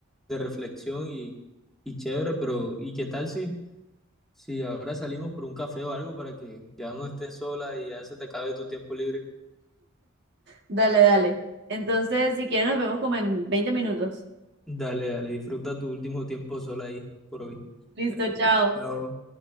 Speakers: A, in the centre; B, on the right (about 50°).
A: de reflexión y, y chévere, pero ¿y qué tal si, si ahora salimos por un café o algo para que ya no estés sola y ya se te acabe tu tiempo libre?
B: Dale, dale. Entonces, si quieren, nos vemos como en 20 minutos.
A: Dale, dale, disfruta tu último tiempo sola ahí, por hoy.
B: Listo,
A: Dale.
B: chao.
A: Chao.